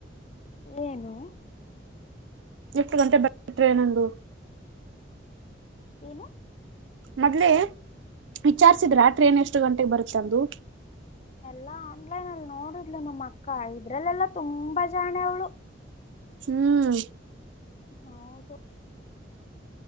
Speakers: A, on the left; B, on the right.
A: ಏನು
B: ಎಫು ಗಂಟೆ ಬಟ್ರೇ ನಂದು
A: ಏನು
B: ಮೊದ್ಲೆೇ ವಿಚಾರ್ಸಿದ್ರ ಟ್ರೇನ್ ಎಷ್ಟು ಗಂಟೆಗೆ ಬರುತ್ತಂದು
A: ಎಲ್ಲ ಆನ್ಲೈನ್ ಅಲ್ಲಿ ನೋಡಿದ್ಲು ನಮ್ಮ ಅಕ್ಕ ಇದ್ರಲ್ಲೆಲ್ಲಾ ತುಂಬಾ ಜಾಣೆ ಅವಳು
B: ಹ್ಮ್
A: ಹಾದು